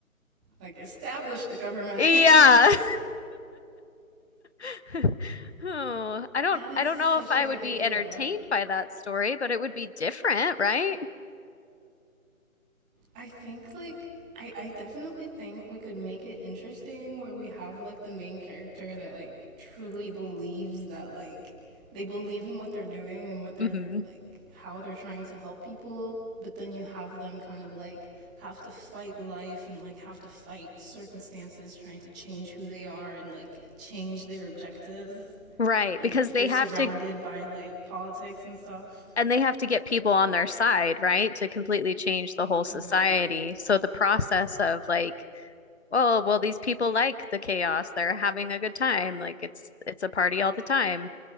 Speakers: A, in the centre; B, on the left.
A: Like establish the government.
B: Yeah.
A: <laughs>
B: <laughs> Oh, I don't
A: That is
B: I don't
A: such
B: know if I
A: a good
B: would
A: idea.
B: be entertained by that story, but it would be different, right?
A: I think like I, I definitely think we could make it interesting where we have like the main character that like truly believes that like they believe in what they're doing and what they're
B: hmm
A: like how they're trying to help people, but then you have them kind of like have to fight life and like have to fight circumstances trying to change who they are and like change their objectives.
B: Right,
A: Like
B: because they
A: they're surrounded
B: have to,
A: by like politics and stuff.
B: and they have to get people on their side, right, to completely change the whole society.
A: Right.
B: So the process of like, oh, well, these people like the chaos. They're having a good time. Like it's it's a party all the time.